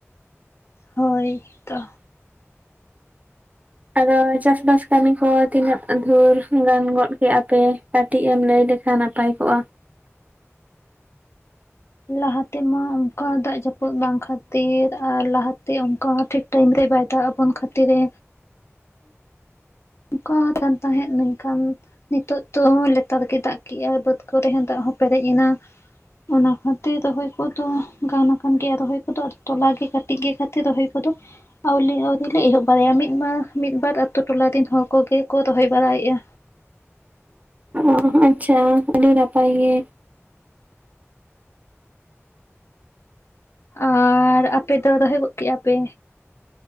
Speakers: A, on the left; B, on the right.
A: ᱦᱳᱭ ᱛᱚ
B: ᱟᱫᱚ ᱪᱟᱥ ᱵᱟᱥ ᱠᱟᱹᱢᱤ ᱠᱚ ᱛᱤᱱᱟᱹᱜ ᱫᱷᱩᱨ ᱜᱟᱱ ᱜᱚᱫ ᱠᱮᱜ ᱟᱯᱮ᱾ ᱠᱟᱹᱴᱤᱡ ᱮᱢ ᱞᱟᱹᱭ ᱞᱮᱠᱷᱟᱱ ᱱᱟᱯᱟᱭ ᱠᱚᱜᱼᱟ᱾
A: ᱞᱟᱦᱟᱛᱮ ᱢᱟ ᱚᱝᱠᱟ ᱫᱟᱜ ᱡᱟᱹᱯᱩᱫ ᱵᱟᱝ ᱠᱷᱟᱹᱛᱤᱨ ᱟᱨ ᱞᱟᱦᱟ ᱛᱮ ᱚᱝᱠᱟ ᱴᱷᱤᱠ ᱴᱟᱹᱭᱤᱢ ᱨᱮ ᱵᱟᱭ ᱫᱟᱜ ᱟᱵᱚᱱ ᱠᱷᱟᱹᱛᱤᱨ ᱮ ᱚᱝᱠᱟ ᱠᱟᱱ ᱛᱟᱦᱮᱸᱫ ᱢᱮᱱᱠᱷᱟᱱ ᱱᱤᱛᱚᱜ ᱫᱚ ᱞᱮᱛᱟᱲ ᱜᱮ ᱫᱟᱜ ᱠᱮᱜᱼᱟᱭ ᱵᱟᱹᱫᱽ ᱠᱚᱨᱮ ᱦᱚᱸ ᱫᱟᱜ ᱦᱚᱸ ᱯᱮᱨᱮᱡ ᱮᱱᱟ ᱚᱱᱟ ᱠᱷᱟᱹᱛᱤᱨ ᱨᱚᱦᱚᱭ ᱠᱚᱫᱚ ᱜᱟᱱ ᱟᱠᱟᱱ ᱜᱮᱭᱟ ᱨᱚᱦᱚᱭ ᱠᱚᱫᱚ ᱟᱫᱚ ᱛᱚᱞᱟ ᱜᱮ ᱠᱟᱹᱴᱤᱡ ᱜᱮ ᱠᱟᱹᱴᱤᱡ ᱛᱤᱨ ᱨᱚᱦᱚᱭ ᱠᱚᱫᱚ ᱟᱹᱣᱞᱤ ᱟᱹᱣᱨᱤ ᱞᱮ ᱮᱦᱚᱵ ᱵᱟᱨᱟᱭᱟ ᱢᱤᱫ ᱵᱟᱨ ᱢᱤᱫ ᱵᱟᱨ ᱟᱛᱳ ᱴᱚᱞᱟ ᱨᱮᱱ ᱦᱚᱲ ᱠᱚᱜᱮ ᱠᱚ ᱨᱚᱦᱚᱭ ᱵᱟᱲᱟᱭᱮᱜᱼᱟ᱾
B: ᱚ ᱟᱪᱪᱷᱟ ᱟᱹᱰᱤ ᱱᱟᱯᱟᱭ ᱜᱮ᱾
A: ᱟᱨ ᱟᱯᱮ ᱫᱚ ᱨᱚᱦᱚᱭ ᱜᱚᱫ ᱠᱮᱜᱼᱟ ᱯᱮ?